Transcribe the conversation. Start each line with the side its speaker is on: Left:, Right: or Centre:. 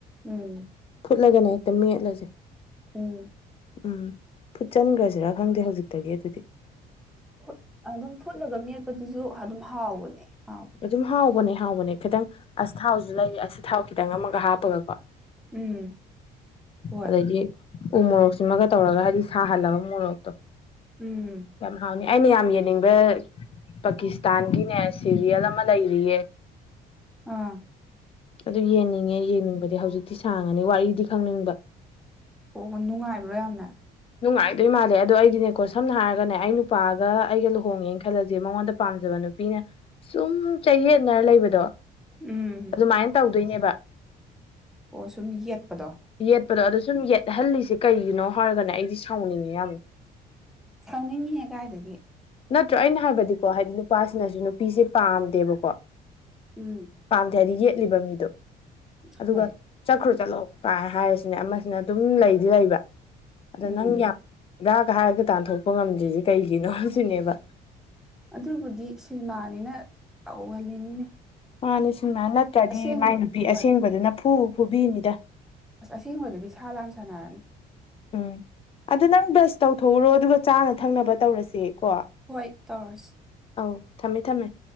Centre: ꯎꯝ
Left: ꯐꯨꯠꯂꯒꯅ ꯍꯦꯛꯇ ꯃ‌ꯦꯠꯂꯁꯦ
Centre: ꯎꯝ
Left: ꯎꯝ ꯐꯨꯠ ꯆꯟꯈ꯭ꯔꯁꯤꯔꯥ ꯈꯪꯗꯦ ꯍꯧꯖꯤꯛꯇꯒꯤ ꯑꯗꯨꯗꯤ
Centre: ꯐꯨꯠ ꯑꯗꯨꯝ ꯐꯨꯠꯂꯒ ꯃꯦꯠꯄꯗꯨꯁꯨ ꯑꯗꯨꯝ ꯍꯥꯎꯕꯅꯦ ꯍꯥꯎ
Left: ꯑꯗꯨꯝ ꯍꯥꯎꯕꯅꯦ ꯍꯥꯎꯕꯅꯦ ꯈꯤꯇꯪ ꯑꯁꯊꯥꯎꯁꯨ ꯂꯩꯌꯦ ꯑꯁꯊꯥꯎ ꯈꯤꯇꯪ ꯑꯃꯒ ꯍꯥꯞꯄꯒꯀꯣ
Centre: ꯎꯝ ꯍꯣꯏ
Left: ꯑꯗꯩꯗꯤ ꯎ ꯃꯣꯔꯣꯛꯁꯤꯃꯒ ꯇꯧꯔꯒ ꯍꯥꯏꯗꯤ ꯁꯥꯍꯜꯂꯒ ꯃꯣꯔꯣꯛꯇꯣ
Centre: ꯎꯝ
Left: ꯌꯥꯝ ꯍꯥꯎꯅꯤ ꯑꯩꯅ ꯌꯥꯝ ꯌꯦꯡꯅꯤꯡꯕ ꯄꯥꯀꯤꯁꯇꯥꯟꯒꯤꯅꯦ ꯁꯦꯔꯤꯌꯦꯜ ꯑꯃ ꯂꯩꯔꯤꯌꯦ
Centre: ꯑ
Left: ꯑꯗꯨ ꯌꯦꯡꯅꯤꯡꯉꯦ ꯌꯦꯡꯅꯤꯡꯕꯗꯤ ꯍꯧꯖꯤꯛꯇꯤ ꯁꯥꯡꯉꯅꯤ ꯋꯥꯔꯤꯗꯤ ꯈꯪꯅꯤꯡꯕ
Centre: ꯑꯣ ꯅꯨꯡꯉꯥꯏꯕ꯭ꯔꯣ ꯌꯥꯝꯅ
Left: ꯅꯨꯡꯉꯥꯏꯗꯣꯏ ꯃꯥꯜꯂꯦ ꯑꯗꯣ ꯑꯩꯗꯤꯅꯦꯀꯣ ꯁꯝꯅ ꯍꯥꯏꯔꯒꯅꯦ ꯑꯩ ꯅꯨꯄꯥꯒ ꯑꯩꯒ ꯂꯨꯍꯣꯡꯉꯦꯅ ꯈꯜꯂꯁꯦ ꯃꯉꯣꯟꯗ ꯄꯥꯝꯖꯕ ꯅꯨꯄꯤ ꯅꯨꯄꯤꯅ ꯁꯨꯝ ꯆꯌꯦꯠꯅ ꯂꯩꯕꯗꯣ
Centre: ꯎꯝ
Left: ꯑꯗꯨꯃꯥꯏꯅ ꯇꯧꯗꯣꯏꯅꯦꯕ
Centre: ꯑꯣ ꯁꯨꯝ ꯌꯦꯠꯄꯗꯣ
Left: ꯌꯦꯠꯄꯗꯣ ꯑꯗꯣ ꯁꯨꯝ ꯌꯦꯠꯍꯜꯂꯤꯁ ꯀꯩꯒꯤꯅꯣ ꯍꯥꯏꯔꯒꯅ ꯑꯩꯗꯤ ꯁꯥꯎꯅꯤꯡꯉꯤ ꯌꯥꯝꯅ
Centre: ꯁꯥꯎꯅꯤꯡꯍꯦ ꯀꯥꯏꯗꯒꯤ
Left: ꯅꯠꯇ꯭ꯔꯣ ꯑꯩꯅ ꯍꯥꯏꯕꯗꯤꯀꯣ ꯍꯥꯏꯗꯤ ꯅꯨꯄꯥꯁꯤꯅꯁꯨ ꯅꯨꯄꯤꯁꯦ ꯄꯥꯝꯗꯦꯕꯀꯣ
Centre: ꯎꯝ
Left: ꯄꯥꯝꯗꯦ ꯍꯥꯏꯗꯤ ꯌꯦꯠꯂꯤꯕ ꯃꯤꯗꯣ ꯑꯗꯨꯒ
Centre: ꯍꯣꯏ
Left: ꯆꯠꯈ꯭ꯔꯨ ꯆꯠꯂꯣ ꯀꯥꯏ ꯍꯥꯏꯔꯤꯁꯤꯅꯦ ꯑꯃꯁꯤꯅ ꯑꯗꯨꯝ ꯂꯩꯗꯤ ꯂꯩꯕ ꯑꯗ
Centre: ꯎꯝ
Left: ꯅꯪ ꯌꯥꯝ ꯕꯔꯥꯒ ꯍꯥꯏꯔꯒ ꯇꯥꯟꯊꯣꯛꯄ ꯉꯝꯗ꯭ꯔꯤꯁꯤ ꯀꯩꯒꯤꯅꯣ ꯍꯧꯖꯤꯅꯦꯕ
Centre: ꯑꯗꯨꯕꯨꯗꯤ ꯁꯤꯅꯦꯃꯥꯅꯤꯅ ꯇꯧꯍꯜꯂꯤꯅꯤꯅꯦ
Left: ꯃꯥꯅꯦ ꯁꯤꯟꯃꯥꯏ ꯅꯠꯇ꯭ꯔꯗꯤ
Centre: ꯑꯁꯦꯡꯕ
Left: ꯃꯥꯏ ꯅꯨꯄꯤ
Centre: ꯍꯣꯏ
Left: ꯑꯁꯦꯡꯕꯗꯨꯅ ꯐꯨꯕꯨ ꯐꯨꯕꯤꯅꯤꯗ
Centre: ꯑꯁ ꯑꯁꯦꯡꯕꯗꯗꯤ ꯁꯥ ꯂꯥꯟ ꯁꯥꯟꯅꯔꯅꯤ
Left: ꯎꯝ ꯑꯗꯨ ꯅꯪ ꯕꯔꯁ ꯇꯧꯊꯣꯛꯎꯔꯣ ꯑꯗꯨꯒ ꯆꯥꯅ ꯊꯛꯅꯕ ꯇꯧꯔꯁꯦꯀꯣ
Centre: ꯍꯣꯏ ꯇꯧꯔꯁ
Left: ꯑꯧ ꯊꯝꯃꯦ ꯊꯝꯃꯦ